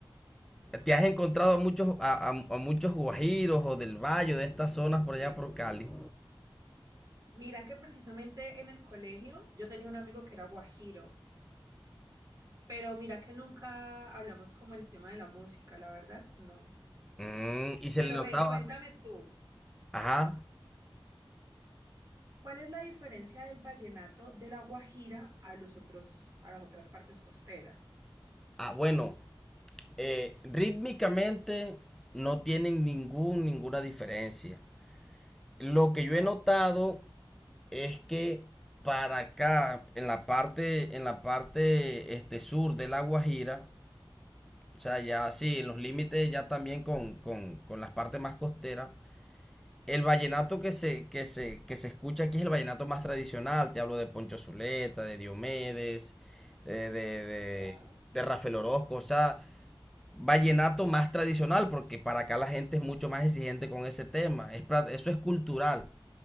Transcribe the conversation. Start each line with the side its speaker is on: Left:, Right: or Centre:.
Centre: te has encontrado a muchos, a, a- a muchos guajiros o del valle, de estas zonas por allá por Cali.
Right: Mira que precisamente en el colegio yo tenía un amigo que era guajiro, pero mira que nunca hablamos como el tema de la música, la verdad, no.
Centre: Mm, y se
Right: Pero
Centre: le notaba,
Right: ven, cuéntame tú,
Centre: ajá,
Right: ah, ¿cuál es la diferencia del vallenato de la Guajira a los otros, a las otras partes costeras?
Centre: ah, bueno, eh, rítmicamente no tienen ningún, ninguna diferencia. Lo que
Right: Oh,
Centre: yo he notado es que para acá, en la parte, en la parte este, sur de La Guajira, o sea, ya sí, en los límites ya también con, con, con las partes más costeras, El vallenato que se, que se, que se escucha aquí es el vallenato más tradicional. Te hablo de Poncho Zuleta, de Diomedes, eh, de,
Right: ya.
Centre: de, de Rafael Orozco. O sea, vallenato más tradicional, porque para acá la gente es mucho más exigente con ese tema. Es pra- eso es cultural.